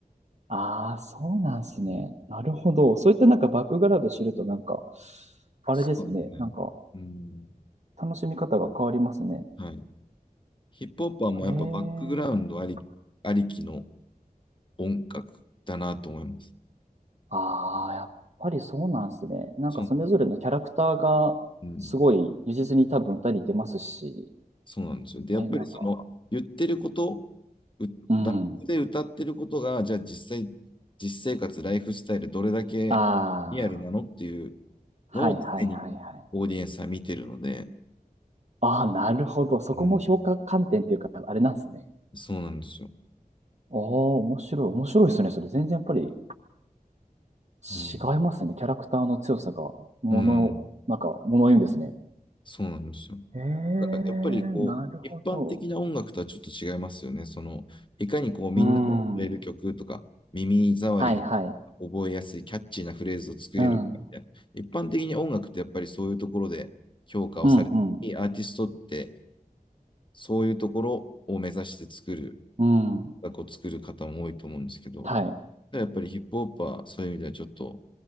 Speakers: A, on the right (about 50°); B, on the left (about 35°).
A: ああ、そうなんすね。
B: うん
A: なるほど。そういったなんかバックグラウンド知ると、なんか、あれですね。
B: そうですね。
A: なんか、
B: うん、
A: 楽しみ方が変わりますね。
B: はい。ヒップホッパーもやっぱバックグラウンドあり、
A: へえ。
B: ありきの音楽だなと思います。
A: ああ、やっぱりそうなんですね。なんかそれぞれのキャラクターがすごい如実に多分たり出ますし、
B: そう、うん、そうなんですよ。で、
A: ね、
B: やっぱりその言ってること、
A: なんか、
B: うラップで歌ってることが、
A: うん。
B: じゃあ実際、実生活、ライフスタイル、どれだけリアルなのっていう
A: ああ、はいはいはいはい。
B: のを常にオーディエンスは見てるので、
A: ああ、なるほど。そこも評価観点っていうか、
B: うん、
A: あれなんですね。
B: そうなんですよ。
A: ああ、面白い、面白いですね。それ全然やっぱり違いますね。
B: うん、
A: キャラクターの強さが、もの、
B: うん、
A: なんか、ものを言うんですね。
B: そうなんですよ。
A: へえ、
B: だからやっぱりこう、
A: なるほど。
B: 一般的な音楽とはちょっと違いますよね。その、いかにこう、みんなが踊れる曲とか、
A: うん。
B: 耳障り
A: はいはい。
B: が覚えやすい、キャッチーなフレーズを作れるかみたいな。
A: うん。
B: 一般的に音楽ってやっぱりそういうところで評価をされて、
A: うんうん。
B: アーティストってそういうところを目指して作る、
A: うん。
B: 音楽を作る方も多いと思うんですけど、
A: はい。
B: やっぱりヒップホップはそういう意味ではちょっと